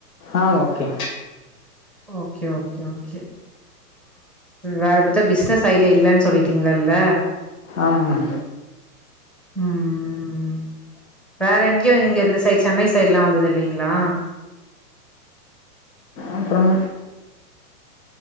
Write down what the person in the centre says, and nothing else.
ஓகே ஓகே ஓகே ம் வேற பாத்தா பிசினஸ் ஐடியா இல்லன்னு சொல்லிட்டீங்கல்ல
ம் வேற எங்யு நீங்க இந்த சைடடு சென்னை சைடெல்லா வந்தது இல்லிங்ளா